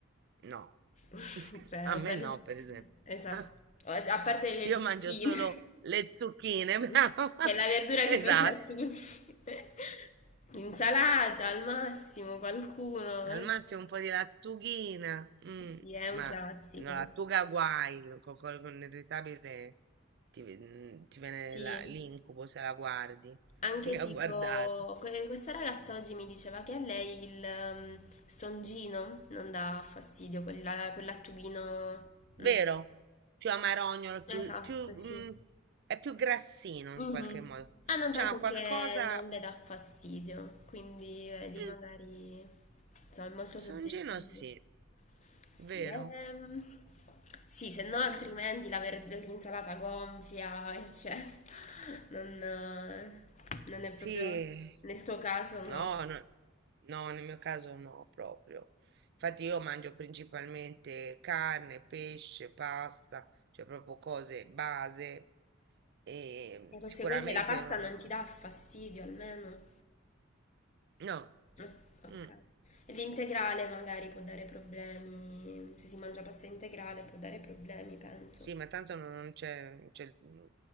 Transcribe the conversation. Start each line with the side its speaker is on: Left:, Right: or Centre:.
Right: no.
Left: <laughs>
Right: <laughs>
Left: Cioè,
Right: A me
Left: ovvero...
Right: no, per esempio.
Left: Esatto.
Right: <laughs>
Left: O- A parte le
Right: Io
Left: zucchine,
Right: mangio solo le zucchine,
Left: <laughs>
Right: <laughs> bravo.
Left: che è la verdura
Right: Esatto.
Left: che piace a tutti. <laughs> Insalata al massimo, qualcuno.
Right: Al massimo un po' di lattughina, mm,
Left: Sì, è
Right: ma
Left: un classico.
Right: no, lattuga guai, lo- co- co- con l'irritabile ti, ve- mm, ti viene
Left: Sì,
Right: la- l'incubo se la guardi,
Left: anche
Right: <laughs>
Left: tipo,
Right: anche a guardare.
Left: que- questa ragazza oggi mi diceva che a lei il ehm, songino non dà fastidio, quella, quell'attughino.
Right: Vero?
Left: Mm.
Right: Più amarognolo,
Left: Esatto,
Right: più, più,
Left: sì.
Right: mm, è più grassino
Left: Mhm.
Right: in qualche modo.
Left: Ha notato
Right: C'ha qualcosa...
Left: che non le dà fastidio, quindi vedi,
Right: Mm,
Left: magari insomma, è molto
Right: Songino
Left: soggettivo.
Right: sì,
Left: Sì,
Right: vero?
Left: ehm, sì, se no altrimenti
Right: Boh.
Left: la ver- l'insalata gonfia, eccetera. Non, eh, non è
Right: Sì,
Left: proprio nel tuo caso,
Right: No,
Left: no.
Right: no, no, nel mio caso no, proprio. Infatti io mangio principalmente carne, pesce, pasta, cioè proprio cose base e
Left: E queste
Right: sicuramente
Left: cose, la pasta
Right: non-
Left: non
Right: non-
Left: ti dà fastidio almeno.
Right: no,
Left: Eh, ok.
Right: mm,
Left: E L'integrale magari può dare problemi, se si mangia pasta integrale può dare problemi, penso.
Right: sì, ma tanto non non c'è non c'è il mm,